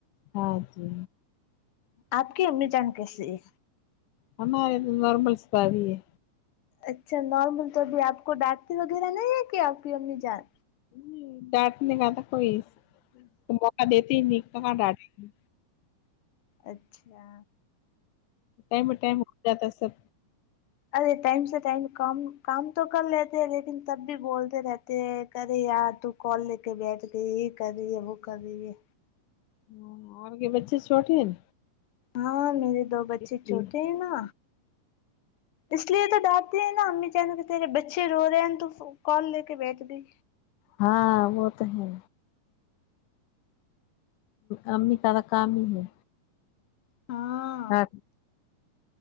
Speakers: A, on the left; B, on the left.
A: ہاں جی
B: آپ کی امی جان کیسی ہے
A: ہمارے تو نارمل سب ہی ہے
B: اچھا نارمل تو ابھی آپ کو ڈانٹتی وغیرہ نہیں ہے کیا آپ کی امی جان
A: ہوں ڈانٹنے کا تھا کوئی موقع دیتے ہی نہیں تو کہاں ڈانٹے گی
B: اچھا
A: ٹائم پ ٹائم ہو جاتا ہے سب
B: ارے ٹائم سے پہلے کام کام تو کر لیتے ہیں لیکن تب بھی بولتے رہتے تے کر رہی ار تو کال لے کے بیٹھ گئی یہ کر رہی ہے وہ کر رہی ہے
A: ہون اور آپ کے بچے چھوٹے ہیں
B: ہاں میرے دو بچے
A: اس
B: چھوٹے
A: لیے
B: ہیں نا اس لیے تو دانٹتی ہیں نا امی جان کہ ترے بچے رو رہے ہیں تو ف وہ کال لے کے بیٹھ گئی
A: ہاں وہ تو ہے امی سارا کام ہی ہے
B: ہاں
A: ٹھا